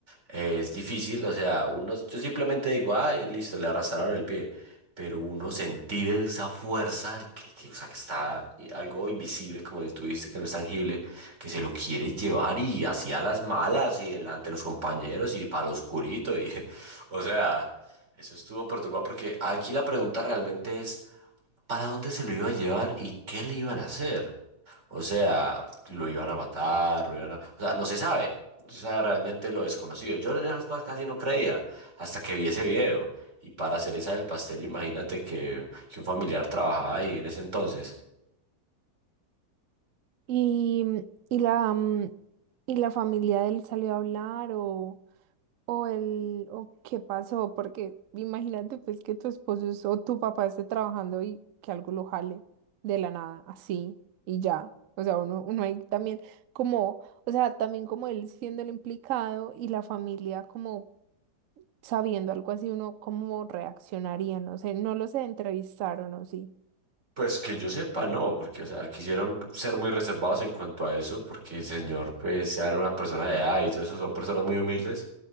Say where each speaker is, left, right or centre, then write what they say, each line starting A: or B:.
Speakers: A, on the right; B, on the right.
A: Eh, es difícil, o sea, uno, yo simplemente digo, ay, listo, le arrastraron el pie, pero uno sentir esa fuerza, que, que, o sea, que está eh, algo invisible, como tú dijiste, que no es tangible que se lo quiere llevar y hacía las malas y delante de los compañeros y para lo oscurito y <laughs> o sea, eso estuvo perturbado porque aquí la pregunta realmente es ¿para dónde se lo iba a llevar y qué le iban a hacer? O sea, lo iban a matar, lo iban a, o sea, no se sabe. O sea, realmente lo desconocido. Yo en esas cosas casi no creía hasta que vi ese video. Y para hacer esa del pastel, imagínate que, que un familiar trabajaba ahí en ese entonces.
B: Y, y la, mm, y la familia de él salió a hablar o... O el, o qué pasó, porque imagínate pues que tu esposo es- o tu papá esté trabajando y que algo lo jale de la nada, así y ya. O sea, uno, uno ahí también como, o sea, también como él siendo el implicado y la familia como sabiendo algo así, uno cómo reaccionaría, no sé, no los entrevistaron o sí.
A: Pues que yo sepa, no, porque, o sea, quisieron ser muy reservados en cuanto a eso, porque el señor, pues, era una persona de edad y todo eso, son personas muy humildes,